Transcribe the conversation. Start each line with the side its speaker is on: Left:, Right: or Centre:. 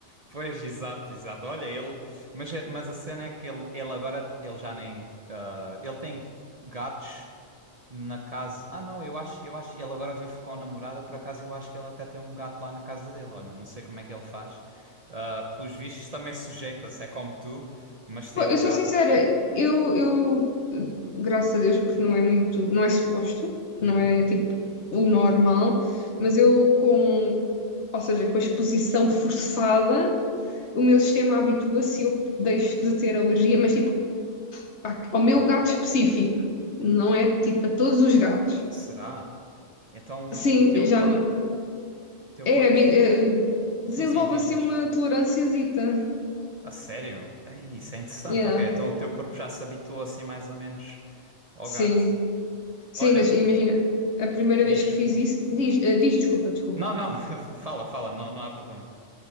Right: Pois, exato, exato. Olha, ele. Mas, a- mas a cena é que ele, ele agora. Ele já nem. ah, ele tem gatos na casa. Ah, não, eu acho, eu acho. Ele agora vive com a namorada. Por acaso, eu acho que ele até tem um gato lá na casa dele. Olha, não sei como é que ele faz. Ah, pelos vistos, também sujeita-se. É como tu, mas
Left: Pô,
Right: tem
Left: Eu
Right: o
Left: sou
Right: gato.
Left: sincera, eu, eu, eh, graças a Deus, porque não é muito, não é suposto,
Right: Uhum.
Left: não é tipo o normal, mas eu com, ou seja, com a exposição forçada, o meu sistema habitua-se e eu deixo de ter alergia, mas tipo a- ao meu
Right: Uau.
Left: gato específico, não é tipo a todos os gatos.
Right: Será? Então o,
Left: Sim,
Right: o teu
Left: já
Right: corpo.
Left: me,
Right: Teu
Left: é,
Right: corpo.
Left: habi- eh,
Right: Sim,
Left: desenvolve
Right: sim, diz,
Left: assim
Right: diz.
Left: uma tolerânciazita.
Right: A sério? Ei, isso é interessante.
Left: Yeah,
Right: Ok, então o teu corpo já se habituou assim mais ou menos. Ó
Left: sim.
Right: gato.
Left: Sim,
Right: Olha,
Left: mas imagina, a primeira
Right: diz.
Left: vez que fiz isso, diz, eh, diz desculpa, desculpa.
Right: Não, não, <laughs> fala, fala, não, não há problema.